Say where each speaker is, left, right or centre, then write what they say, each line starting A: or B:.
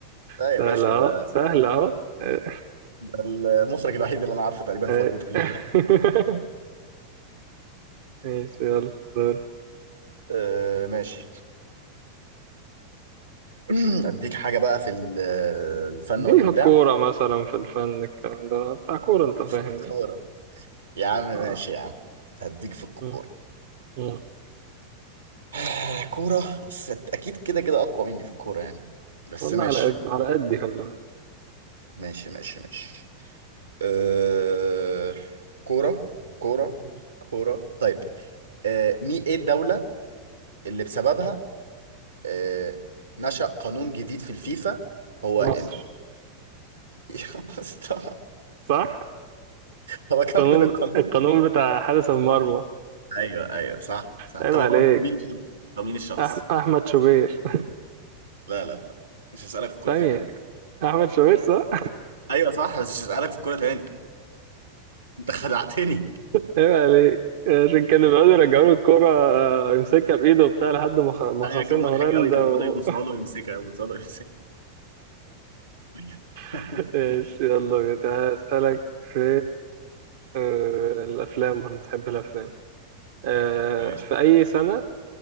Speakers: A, on the right; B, on the right.
A: لا
B: سهل
A: يا باشا
B: أهو
A: ده
B: سهل أهو آه،
A: ده المخرج الوحيد اللي انا عارفه تقريبا
B: آه.
A: في هوليوود كلها
B: <laughs> ماشي يلا دور
A: <laughs> آه ماشي <clears throat> اديك حاجه بقى في ال- الفن
B: دي
A: والابداع
B: في الكورة مثلا في الفن الكلام ده بتاع كورة أنت فاهم
A: في الكوره
B: يعني
A: يا عم ماشي
B: آه.
A: يا عم هديك في الكوره
B: مم. مم.
A: <sighs> كوره بس اكيد كده كده اقوى مني في الكوره يعني بس
B: والله
A: ماشي
B: على قد على قد خلي بالك
A: ماشي ماشي ماشي آه كوره كوره
B: مم.
A: كوره طيب آه، مي ايه الدولة اللي بسببها
B: مم.
A: آه، نشأ قانون جديد في الفيفا هو
B: مصر
A: إن... <laughs> يا اسطى،
B: صح
A: طب اكمل
B: القانون
A: القانون
B: القانون بتاع حارس المرمى
A: ايوه ايوه صح صح
B: عيب
A: طب
B: عليك
A: هو مين الشخص؟ طب مين الشخص؟
B: أح... احمد شوبير
A: لا لا لا مش هسألك في الكورة
B: ثانية
A: تاني على فكرة
B: احمد شوبير صح
A: ايوه صح بس مش هسألك في الكورة تاني انت خدعتني
B: <laughs> عيب عليك عشان كانوا بيقعدوا يرجعوا له الكورة آه، يمسكها بإيده وبتاع لحد ما خ-
A: <laughs>
B: ما
A: ايوه
B: خاصين
A: كان مضحك
B: هولندا
A: قوي كان
B: و...
A: بيقعدوا يبصوا له ويمسكها يبصوا له ويمسكها <laughs>
B: <laughs> ايش يلا بينا. تعالى أسألك في آه، الأفلام وأنا بتحب الأفلام آه،
A: ماشي
B: في أي سنة